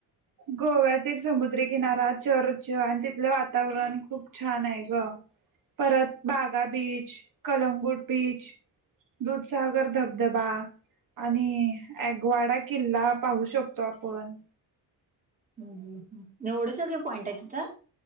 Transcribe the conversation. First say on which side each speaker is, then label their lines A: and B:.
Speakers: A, on the right; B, on the right.
A: गोव्यातील समुद्रीकिनारा चर्च आणि ते तिथल वातावरण खूप छान आहे ग परत बागा बीच कलंगूड बीच दुधसागर धबधबा आणि ऍगवाडा किल्ला पाहू शकतो आपण
B: ह् ह एवढं सगळं पॉईंट आहे तिथं